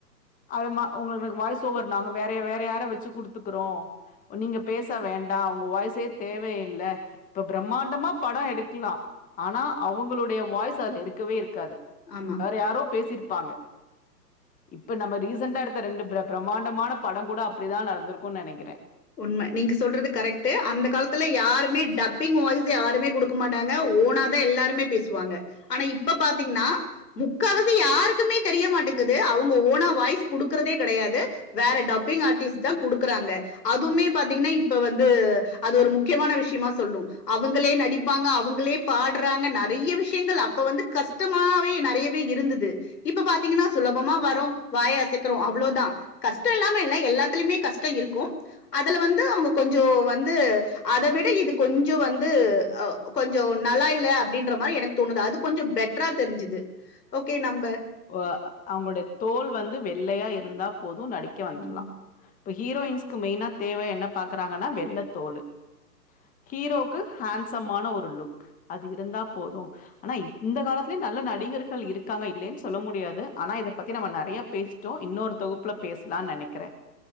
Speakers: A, on the left; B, on the left.
A: அது மா உங்களுக் வாய்ஸ் ஓவர் நாங்க வேறய வேற யாரை வச்சு குடுத்துக்குறோ நீங்க பேச வேண்டா உங்க வாய்சே தேவயில்ல இப்ப பிரம்மாண்டமா பட எடுக்கலா ஆனா அவ்ங்களுடைய வாய்ஸ் அதுல இருக்கவே இருக்காது
B: ஆமா
A: வேற யாரோ பேசிருப்பாங்க இப்ப நம்ம ரீசண்ட்டா எடுத்த ரெண்டு பிர பிரம்மாண்டமான படங்கூட அப்டிதா நடந்திருக்குன் நெனைக்கிறே
B: உண்ம நீங்க சொல்றது கரெக்ட்டு அந்த காலத்துல யாருமே டப்பிங் வாய்ஸ் யாருமே குடுக் க மாட்டாங்க ஓனா தா எல்லாருமே பேசுவாங்க ஆனா இப்ப பாத்தீங்கனா முக்காவாசி யாருக்குமே தெரியமாட்டிங்குது அவுங்க ஓனா வாய்ஸ் குடுக்குறதே கெடையாது வேற டப்பிங் ஆர்டிஸ்ட் தா குடுக்குறாங்க அதுமே பாத்தீங்கனா இப்ப வந்து அது ஒரு முக்கியமான விஷ்யமா சொல்னு அவுங்களே நடிப் பாங்க அவுங்களே பாட்றாங்க நெறைய விஷ்யங்கள் அப்ப வந்து கஷ்டமாவே நெறையவே இருந்தது இப்ப பாத்தீங்கனா சுலபமா வரோ வாய் அசைக்கிறோ அவ்ளோதா கஷ்ட இல்லாம இல்ல எல்லாத்துலயுமே கஷ்ட இருக்கு அதுல வந்து அவுங்க கொஞ்ச வந்து அத விட இது கொஞ்ச வந்து அ கொஞ்ச நல்லா இல்ல அப்டின்ற மாரி எனக்கு தோணுது அது கொஞ்ச பெட்ரா தெரிஞ்சுது ஓகே நம்ப
A: வா அவுங்களுடைய தோல் வந்து வெள்ளையா இருந்தா போது நடிக்க வந்துர்லா
B: ம்,
A: இப்ப ஹீரோயின்ஸ்க்கு மெய்னா தேவ என்ன பாக்குறாங்கனா வெள்ளத் தோலு ஹீரோக்கு ஹேண்சம்மான ஒரு லுக் அது இருந்தா போது ஆனா இப் இந்த காலத்துலயு நல்ல நடிகர்கள் இருக்காங்க இல்லைன் சொல்ல முடியாது ஆனா இத பத்தி நம்ம நெறையா பேசிட்டோ இன்னொரு தொகுப்புல பேசலான் நெனைக்கிறே